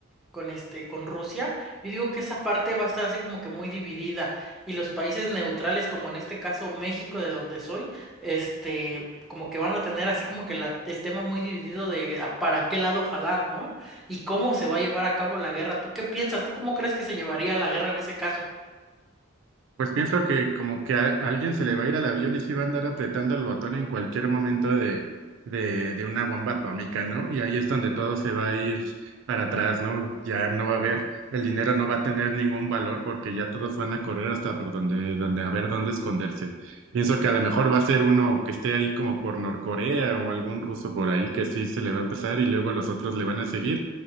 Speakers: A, in the centre; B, on the right.
A: con este, con Rusia, yo digo que esa parte va a estar así como que muy dividida y los países neutrales, como en este caso México, de donde soy, este, como que van a tener así como que la- el tema muy dividido de a para qué lado jalar, ¿no? Y cómo se va a llevar a cabo la guerra. ¿Tú qué piensas? ¿Tú cómo crees que se llevaría la guerra en ese caso?
B: Pues pienso que como que a alguien se le va a ir al avión y sí va a andar apretando el botón en cualquier momento de, de, de una bomba atómica, ¿no? Y ahí es donde todo se va a ir para atrás, ¿no? Ya no va a haber, el dinero no va a tener ningún valor porque ya todos van a correr hasta por donde, donde a ver dónde esconderse. Pienso que a lo mejor va a ser uno que esté ahí como por Norcorea o algún ruso por ahí que sí se le va a empezar y luego los otros le van a seguir